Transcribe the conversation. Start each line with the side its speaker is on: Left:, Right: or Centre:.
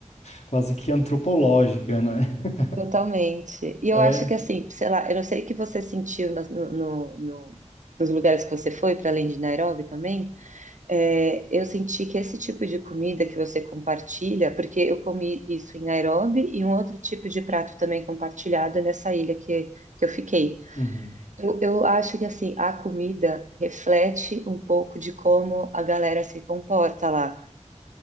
Left: quase que antropológica, né? <laughs>
Right: Totalmente. E eu
Left: É,
Right: acho que assim, sei lá, eu não sei o que você sentiu nas- no, no- no- nos lugares que você foi, para além de Nairobi também. É, eu senti que esse tipo de comida que você compartilha, porque eu comi isso em Nairobi e um outro tipo de prato também compartilhado nessa ilha que, que eu fiquei.
Left: uhum.
Right: Eu, eu acho que assim, a comida reflete um pouco de como a galera se comporta lá.